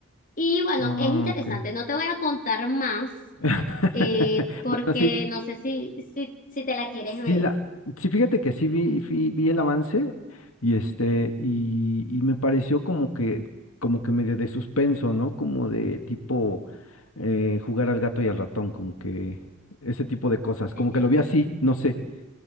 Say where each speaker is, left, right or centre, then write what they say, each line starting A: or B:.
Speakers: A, on the left; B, on the left.
A: Y bueno,
B: Ah,
A: es interesante,
B: ok.
A: no te voy a contar más,
B: <laughs>
A: eh, porque
B: Bueno, sí,
A: no sé si, si, si te la quieres
B: sí
A: ver.
B: la, sí, fíjate que sí vi, vi, vi el avance y este, y, y me pareció como que, como que medio de suspenso, ¿no? Como de tipo eh, jugar al gato y al ratón, como que ese tipo de cosas,
A: <laughs>
B: como que lo vi así, no sé.